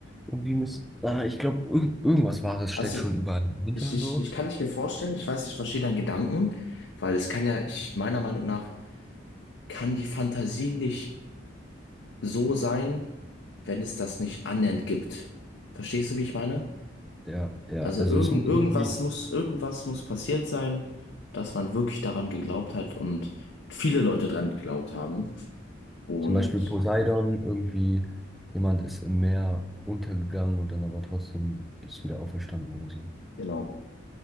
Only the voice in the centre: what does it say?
irgendwie muss, ah, ich glaube, irgendwas Wahres steckt
schon überall dahinter,
so.
Ja, ja,
also
es muss
irgendwie,
zum Beispiel Poseidon, irgendwie jemand ist im Meer untergegangen und dann aber trotzdem ist wieder auferstanden oder so.